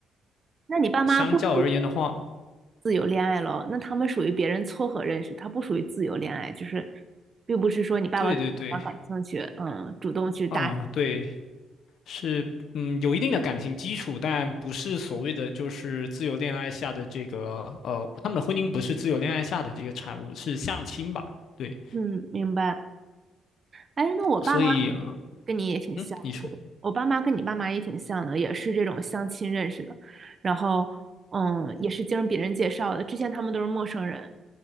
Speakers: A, on the right (about 40°); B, on the left (about 70°).
A: 那你爸妈不属于
B: 相较而言的话，
A: 自由恋爱咯？那他们属于别人撮合认识，他不属于自由恋爱，就是并不是说你爸爸对妈感兴趣，
B: 对对对，
A: 嗯，主动去搭讪
B: 嗯，对，是嗯，有一定的感情基础，但不是所谓的就是自由恋爱下的这个呃，他们的婚姻不是自由恋爱下的这个产物，是相亲吧？对，
A: 嗯，明白。哎，那我爸妈
B: 所以呃
A: 跟你也挺像的，
B: 嗯，你说。
A: 我爸妈跟你爸妈也挺像的，也是这种相亲认识的，然后嗯，也是经别人介绍的，之前他们都是陌生人，